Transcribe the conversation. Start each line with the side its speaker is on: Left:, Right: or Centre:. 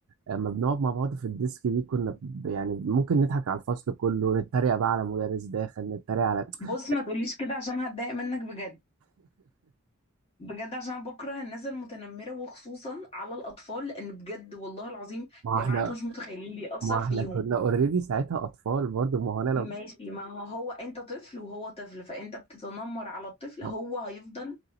Right: لما بنقعد مع بعض في الديسك دي كنا ب- يعني ممكن نضحك على الفصل كله نتريق بقى على مدرس داخل نتريق على
Left: بص
Right: <laughs>
Left: ما تقوليش كده عشان هتضايق منك بجد بجد عشان انا بكره الناس المتنمرة وخصوصا على الاطفال لان بجد والله العظيم يا
Right: ما هو احنا
Left: جماعة انتوا مش متخيلين بيأثر
Right: ما هو
Left: فيهم
Right: احنا كنا اوريدي ساعتها اطفال برضه ما هو انا لو
Left: ماشي ما هو هو انت طفل وهو طفل فانت بتتنمر على الطفل
Right: ما
Left: هو هيفضل